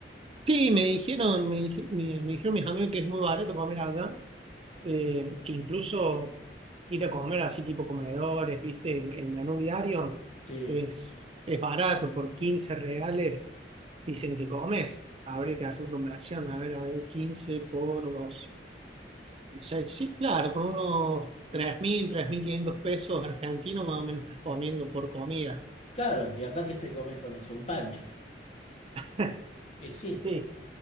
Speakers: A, on the right; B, on the left.
A: Sí, me dijeron, me, dij- me- me dijeron mis amigos que es muy barato comer allá, eh, que incluso ir a comer así tipo comedores, viste, el, el menú diario
B: Sí,
A: es, es barato, por 15 reales dicen que comes. Habría que hacer conversión, a ver, a ver, 15 por dos O sea, sí, claro, con unos tres tres mil tres mil quinientos pesos argentinos más o menos estás comiendo por comida.
B: claro, y acá que te comes con eso, un pancho.
A: <laughs>
B: Y sí.
A: Sí,